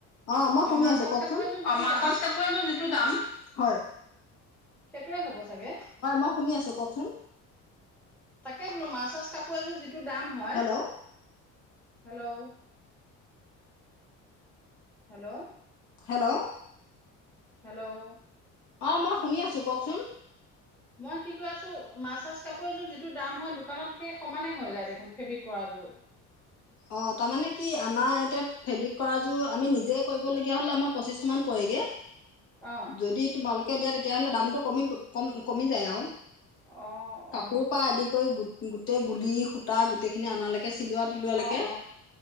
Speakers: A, on the left; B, in the centre.
A: অ মই শুনি
B: মাৰ্চাজ
A: আছো কক
B: কাপোৰ
A: চুন,
B: এযোৰ যিটো
A: অ মাছাজ
B: দাম
A: কাপোৰ এযোৰ যিটো দাম?, হয়
B: সেইটোৱে হ'ব চাগে?
A: মই শুনি আছো কক চুন
B: তাকে বোলো মাছ চাছ কাপোৰ এযোৰ যি টো দাম হয়
A: hello
B: hello hello
A: hello
B: hello
A: অ মই শুনি আছো কওকচোন
B: মই কি ক আছো মাছ চাছ কাপোৰ এযোৰ যিটো দাম হয় দোকানত সেই সমানে হৈ যায় দেখোন ফেব্ৰিক কৰাযোৰ
A: অ তাৰমানে কি আমাৰ এতিয়া ফেব্ৰিক কৰাযোৰ আমি নিজে কৰিবলগীয়া হ'লে আমাৰ পঁচিছশ মান পৰেগে
B: অ
A: যদি তোমালোক দিয়া তেতিয়াাহ'লে দামটো কমি কম কমি যায় আৰু
B: অ
A: কাপোৰ
B: অ
A: পা আদি কৰি গোট গোটেই গুলি সূতা গোটেই খিনি আনালেক। চিলোৱা তিলোৱা লেকে।
B: অ, অ,